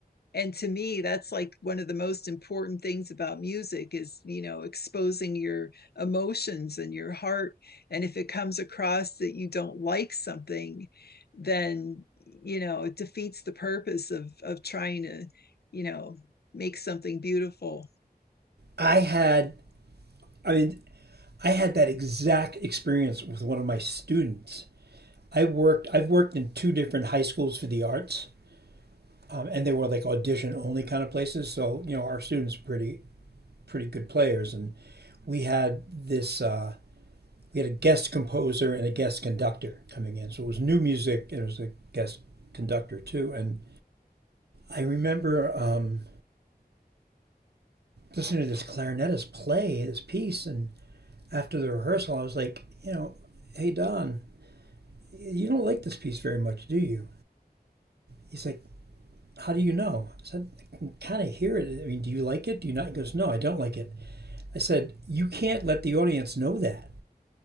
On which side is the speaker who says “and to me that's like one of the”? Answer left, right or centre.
Left